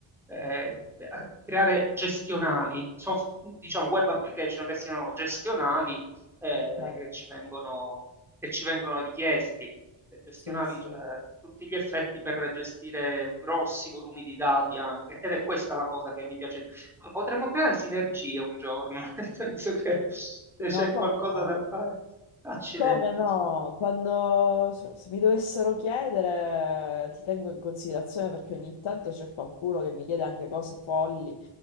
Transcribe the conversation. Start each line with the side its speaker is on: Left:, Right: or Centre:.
Centre: eh, a creare gestionali, soft- diciamo
Left: Ok,
Centre: web application che siano gestionali eh,
Left: ok.
Centre: che ci vengono, che ci vengono richiesti, eh, gestionali,
Left: Sì, sì.
Centre: cioè a tutti gli effetti per gestire grossi volumi di dati anche. Ed è questa la cosa che mi piace. di- Ma Potremmo creare sinergie un giorno, <laughs> nel senso che se c'è
Left: No, come
Centre: qualcosa
Left: no?
Centre: da fare, accidenti.
Left: Come no? Quando se se mi dovessero chiedere, ti tengo in considerazione perché ogni tanto c'è qualcuno che mi chiede anche cose folli